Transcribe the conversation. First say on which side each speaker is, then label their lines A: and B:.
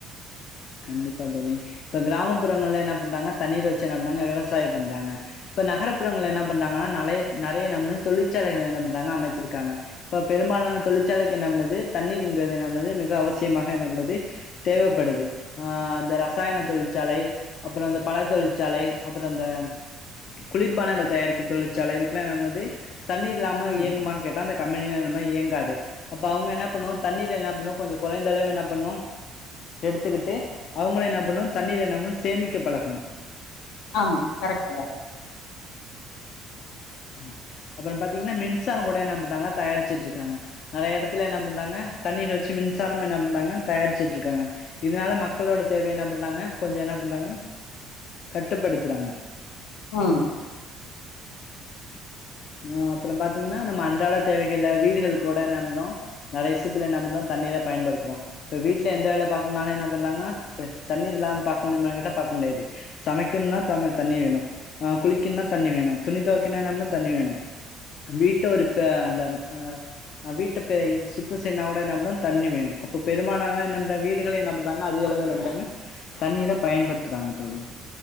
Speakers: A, on the left; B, on the left.
A: கண்டிப்பா தோழி இப்ப கிராமப்புறங்கள்ல என்ன பண்றாங்க தண்ணீர் வெச்சு என்ன பண்றாங்க விவசாயோ பண்றாங்க இப்ப நகரப்புறங்கல என்ன பண்றாங்கனா நறைய நறைய நம்ம தொழிற்சாலைகல என்ன பண்றாங்க அமச்சிருக்காங்க இப்ப பெரும்பாலான தொழிற்சாலைக்கு என்ன பண்ணுது தண்ணீருங்கறது என்னது மிக அவசியமாக என்னப்பணுது தேவப்படுது ஆ இந்த ரசாயன தொழிற்சாலை அப்புறோ அந்த பழ தொழிற்சாலை அப்புறோ அந்த குளிர்பானங்கள் தயாரிக்கு தொழிற்சாலை இதுக்கெல்லா என்னா பண்ணுது தண்ணீர் இல்லாம
B: ம்
A: இயங்குமானு கேட் டா அந்த கம்பெனிலா அந்தமாரி இயங்காது அப்ப அவுங்க என்ன பண்ணுவாங்க தண்ணீர் என்ன பண்ணு கொஞ்சோ குறைந்த அளவு என்ன பண்ணு எடுத்துக்குட்டு அவுங்களு என்ன பண்ணு தண்ணீர் என்ன பண்ணு சேமிக்க பழகணு
B: ஆமா கரெக்ட்டுதா
A: ஆ அப்புறோ பாத்தீங்கனா மின்சாரோ கூட என்ன பண்றாங்க தயாரிச்சுட்ருக்காங்க நறைய எடத்துல என்ன பண்றாங்க தண்ணீர் வெச்சு மின்சாரம் என்ன பண்றாங்க தயாரிச்சுட்ருக்காங்க இதனால மக்களோட தேவைய என்ன பண்றாங்க கொஞ்சோ என்ன பண்றாங்க கட்டுப்படுத்துறாங்க
B: ம்
A: ஆ அப்புறோ பாத்தீங்கனா நம்ம அன்றாட தேவைகள வீடுகளுக்கூட என்ன பண்றோ நறைய விஷயத்துல என்ன பண்றோ தண்ணீர்ர பயன்படுத்தறோ இப்ப வீட்ல எந்த வேல பாக்கணுனாலு என்ன பண்றாங்க இப்ப தண்ணீர் இல்லாமா பாக்க முடியுமா கேட்ட பாக்க முடியாது சமைக்கணுனா தமு தண்ணி வேணு ஆ குளிக்கணுனா தண்ணி வேணு துணி துவக்கினா என்ன பண்ணு தண்ணி வேணு வீட்ட ஒருப்ப அந்த ஆ வீட்ட இப்ப இது சுத்தோ செய்னா கூட என்ன பண்ணு தண்ணி வேணு அப்ப பெருமானான என்ன பண்றாங் வீட் டுகள்ல என்ன பண்றாங்க அதிக அளவு என்ன பண்றாங்க தண்ணீர பயன்படுத்துறாங்க தோழி